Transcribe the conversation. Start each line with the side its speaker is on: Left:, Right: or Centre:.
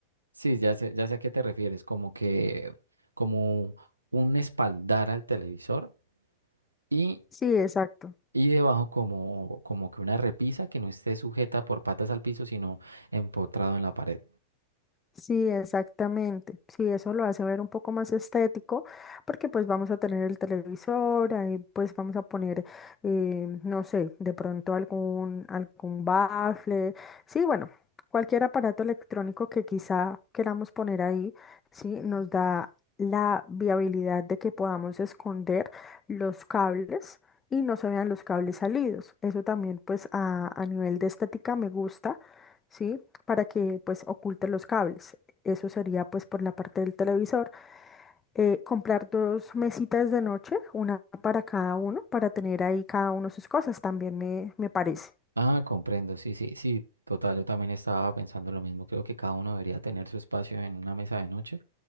Right: Sí, ya sé, ya sé a qué te refieres, como que, como un espaldar al televisor y,
Left: Sí, exacto.
Right: y debajo como, como que una repisa que no esté sujeta por patas al piso, sino empotrado en la pared.
Left: Sí, exactamente. Sí, eso lo hace ver un poco más estético, porque pues vamos a tener el televisor, ahí pues vamos a poner, eh, no sé, de pronto algún, algún bafle. Sí, bueno, cualquier aparato electrónico que quizá queramos poner ahí, sí, nos da la viabilidad de que podamos esconder los cables y no se vean los cables salidos. Eso también pues a, a nivel de estética me gusta ¿sí? Para que pues oculte los cables. Eso sería pues por la parte del televisor. Eh, comprar dos mesitas de noche, una para cada uno, para tener ahí cada uno sus cosas, también me, me parece.
Right: Ah, comprendo, sí, sí, sí, total, yo también estaba pensando lo mismo, creo que cada uno debería tener su espacio en una mesa de noche.